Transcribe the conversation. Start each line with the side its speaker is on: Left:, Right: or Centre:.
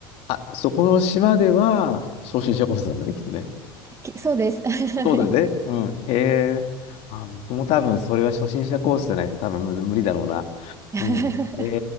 Left: あ、そこの島では初心者コースなんだね、きっとね。
Right: きそうです。<laughs> はい。
Left: そうだね。うん。へえ。あ、僕も多分それは初心者コースじゃないと多分む無理だろうな。
Right: <laughs>
Left: うん。
Right: は
Left: へ